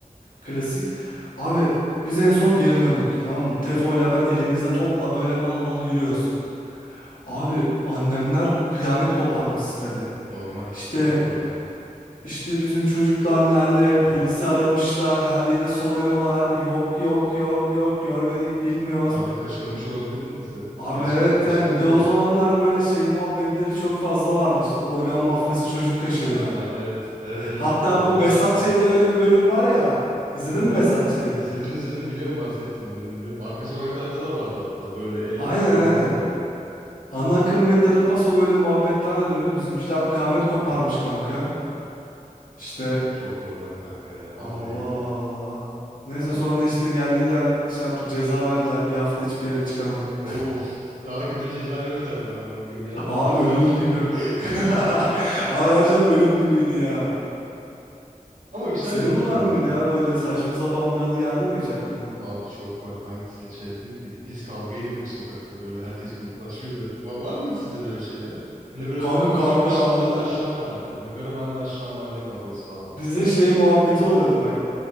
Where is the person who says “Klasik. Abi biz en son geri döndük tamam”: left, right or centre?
Left